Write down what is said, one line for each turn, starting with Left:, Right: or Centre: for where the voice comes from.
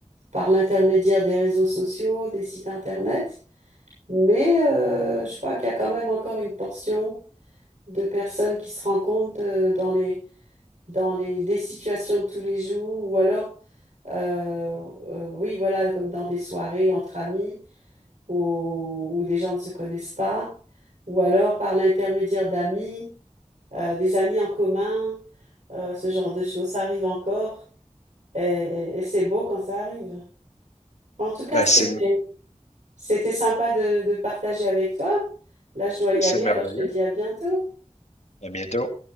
Right: par l'intermédiaire des réseaux sociaux, des sites internet, mais euh, je crois qu'il y a quand même encore une portion de personnes qui se rencontrent euh, dans les dans les des situations de tous les jours ou alors Euh, euh, oui, voilà, comme dans des soirées entre amis où, où des gens ne se connaissent pas, ou alors par l'intermédiaire d'amis, euh, des amis en commun, euh, ce genre de choses, ça arrive encore et, et c'est beau quand ça arrive. En tout cas,
Left: Ben,
Right: c'était,
Left: c'est, oui,
Right: c'était sympa de, de partager avec toi. Là, je dois y
Left: c'est
Right: aller,
Left: merveilleux.
Right: alors je te dis à bientôt.
Left: À bientôt.